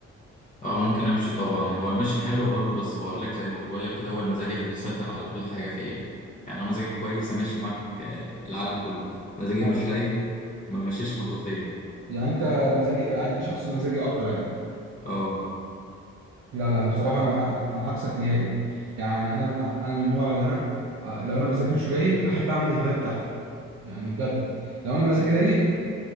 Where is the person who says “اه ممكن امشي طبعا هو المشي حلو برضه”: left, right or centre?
Left